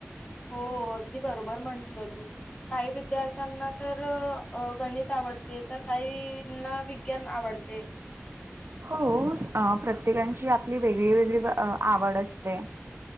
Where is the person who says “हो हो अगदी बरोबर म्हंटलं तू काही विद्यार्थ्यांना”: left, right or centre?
Left